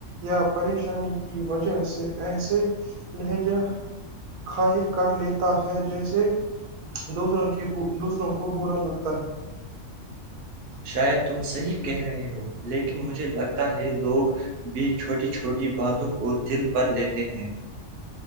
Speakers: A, on the right (about 80°); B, on the right (about 55°).
A: یا پریشانی کی وجہ سے ایسے لہجہ خاہر کر لیتا ہے جیسے دوسروں کے دوسروں کو برا لگتا ہے
B: شاید تم صحیح کہہ رہے ہو لیکن مجھے لگتا ہے لوگ بھی چھوٹی چھوٹی باتوں کو دل پر لیتے ہیں